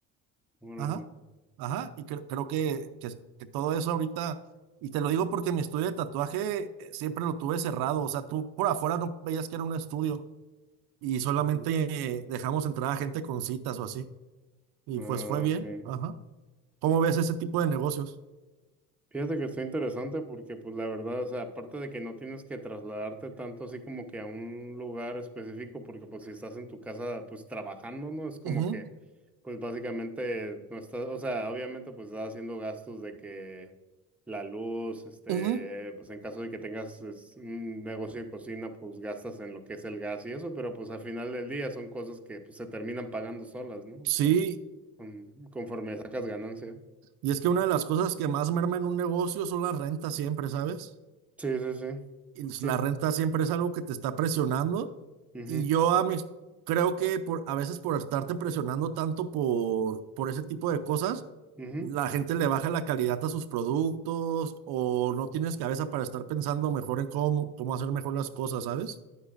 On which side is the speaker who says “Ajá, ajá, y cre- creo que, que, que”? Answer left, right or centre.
Right